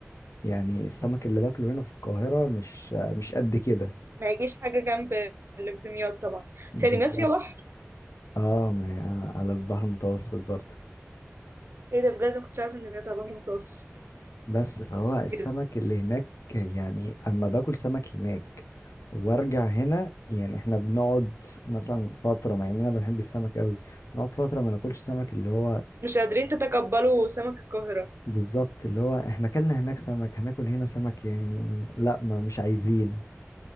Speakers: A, on the left; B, on the right.
A: يعني السمك اللي باكله هنا في القاهره مش مش قد كده
B: ما يجيش حاجه جنب اللي في دمياط طبعا
A: بالظبط
B: بس هي دمياط فيها بحر
A: اه ما- على البحر المتوسط برضه
B: ايه ده بجد ما كنتش عارفه ان دمياط على بحر متوسط
A: بس فهو السمك
B: إز-
A: اللي هناك يعني اما باكل سمك هناك وارجع هنا يعني احنا بنقعد مثلا فتره مع اننا بنحب السمك قوي بنقعد فتره ما ناكلش سمك اللي هو
B: مش قادرين تتقبلوا سمك القاهره
A: بالظبط اللي هو احنا اكلنا هناك سمك هناكل هنا سمك يعني لا ما مش عايزين